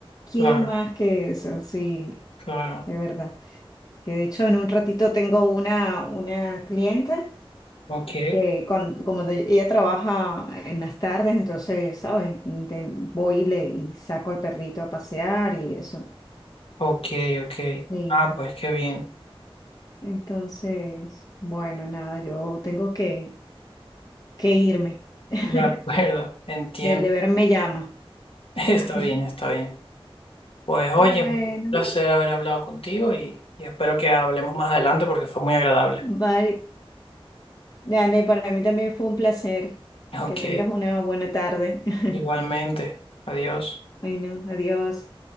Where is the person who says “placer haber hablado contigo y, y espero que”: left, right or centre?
Left